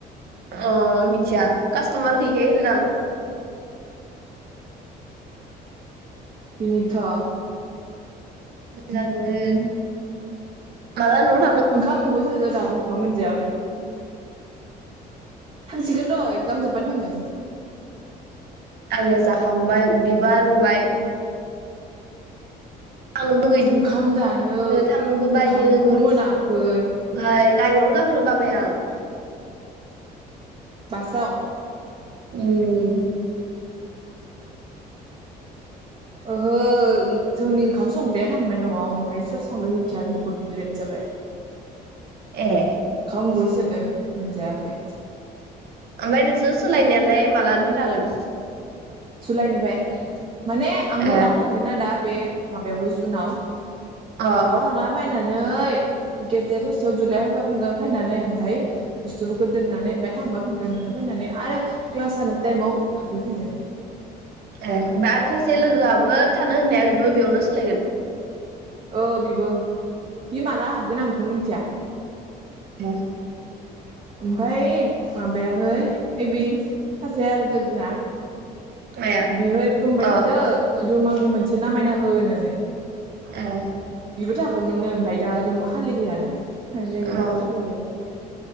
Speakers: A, on the right; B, on the right.
A: अ मिथिया कास्टमार गैयिखाय होदोदां।
B: बिनिथ
A: जागोन माला न'
B: ओंखाम उखैसोदो दाबो ओंखाम मोनजायाखै <inaudible> थांसिगोन र' एकजाम जोब्बानो नांगोन
A: आइनो जाखांबाय उदैबा लुबाय थांनो लुुबैदो
B: ओंखाम जानो ओंखामखौनो
A: थांनोबो बायो
B: मोनाखै
A: गरमखाय गारियावनो गाखोनो बाबाय आं
B: बासाव?
A: उम
B: ओहो जोंनि ओंखाम संदाया थांबाय न आव ओमफ्राय सोर संदों मिथिया बहुद लेट जाबाय
A: ए
B: ओंखाम उखैसोदों मोनजायाखै
A: ओमफ्राय नोंसोर सोलायनायालाय मालानिफ्राय थागोन?
B: जुलाायनिबाय माने
A: अ
B: आंहाय नाव
A: ए
B: थांगोन ना दा बे माबायावहाय जुनाव
A: ओमफ्राय
B: नवाव थांना फाय फैनानै गेजेर ससेयाव जुलाइ होफाफिनगोन फैनानै ओमफफ्राय बुस्थुफोरखौ दोननानै ओमफ्राय थांफाफिनगोन ओमफ्राय फैनानै आरो क्लास जानो टाइमाव हाबफैफिनग
A: ए बा आरो सासे लोगोआबो थानो होननाया बेबो बेयावनो सोलायगोन?
B: ओ बेबो बे माला हाबगोन आं बेखौ मिथिया
A: औ
B: ओमफाय माबायाहै ओइ बे सासे आरो लोगोआ
A: माया
B: बिहाय बुंबाय
A: अ
B: थादों रुमा आंनो मोनसे नामायना हो होननानै
A: ए
B: बिबो थांगौमोन नो ओमफ्राय दा रुमा खालि गैयानो थां जायो
A: अ
B: खालि गैया